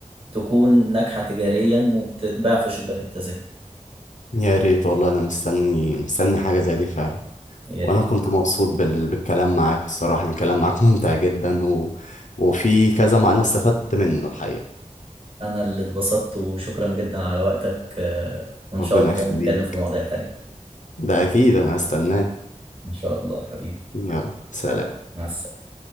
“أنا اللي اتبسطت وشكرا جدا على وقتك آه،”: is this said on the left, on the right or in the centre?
Right